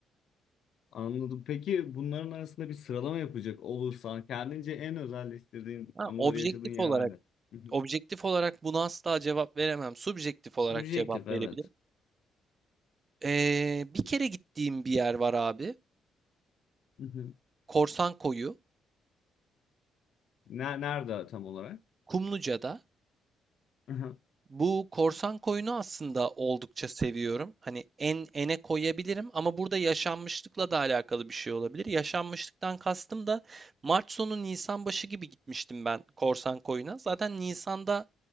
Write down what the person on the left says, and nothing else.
Anladım. Peki bunların arasında bir sıralama yapacak olursan kendince en özelleştirdiğin
anıları
yaşadığın yerler
ne? Hı hı.
Subjektif
evet.
Hı hı.
Ne, nerede tam olarak?
Hı hı.